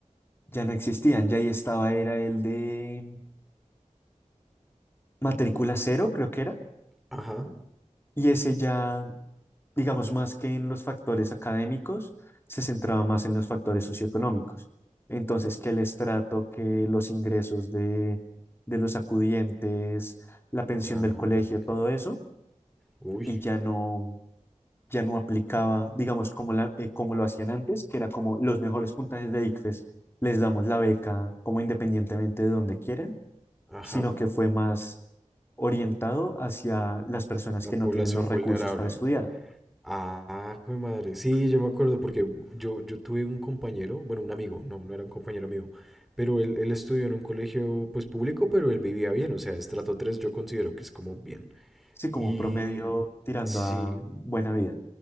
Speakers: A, on the left (about 20°); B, in the centre.
A: ya no existían, ya ahí estaba, era el de matrícula cero, creo que era,
B: Ajá.
A: y ese ya, digamos, más que en los factores académicos, se centraba más en los factores socioeconómicos. Entonces, que el estrato, que los ingresos de, de los acudientes, la pensión
B: Ah,
A: del colegio,
B: ok.
A: todo eso,
B: Uy,
A: y ya no, ya no aplicaba, digamos, como, la, eh, como lo hacían antes, que era como los mejores puntajes de ICFES, les damos la beca como independientemente de donde quieran
B: ajá.
A: sino que fue más orientado hacia las personas
B: La
A: que
B: población
A: no tienen los recursos
B: vulnerable.
A: para estudiar.
B: Ah, mi madre. Sí, yo me acuerdo porque yo, yo tuve un compañero, bueno, un amigo, no, no era un compañero mío, pero él, él estudió en un colegio pues público, pero él vivía bien, o sea, estrato 3 yo considero que es como bien.
A: Sí, como
B: Y
A: promedio tirando
B: sí,
A: a buena vida.